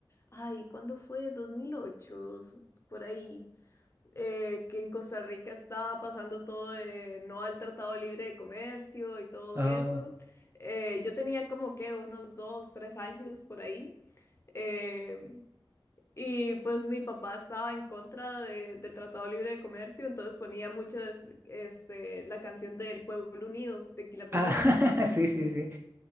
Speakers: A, on the left; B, on the right.
A: ay, ¿cuándo fue? 2008, dos- por ahí, eh, que en Costa Rica estaba pasando todo de no al Tratado Libre de Comercio y todo
B: Oh.
A: eso. Eh, yo tenía como que unos dos, tres años por ahí. eh, y pues mi papá estaba en contra de- del Tratado Libre de Comercio, entonces ponía mucho es- este, la canción del Pueblo Unido de Quilapayún.
B: Ah, <laughs> sí, sí, sí.